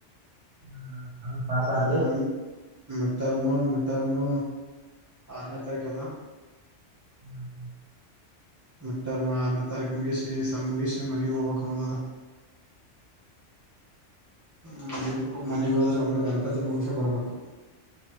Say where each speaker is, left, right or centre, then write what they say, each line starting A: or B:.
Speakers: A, on the right; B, on the right.
A: <unintelligible> ಆತು
B: ಇನ್ನ ಮಿಟರ್ಮ ಮೀಟರ್ಮ್ ಆರನೇ ತಾರೀಕದಾ.
A: <inaudible>
B: ಮೀಟ್ಟರ್ಮ ಆರನೇ ತಾರೀಕ ಮುಗಿಸಿ ಸೇಮ್ ಮುಗಿಸಿ ಮನಗ ಹೋಗಬೇಕುಣೋದ ಅದ. ಮನೆ ಮನೆಗೋದ್ರ ಒಮ್ಮೆ ಗಣಪತಿ ಮುಗಸ ಬರ್ಬೇಕು.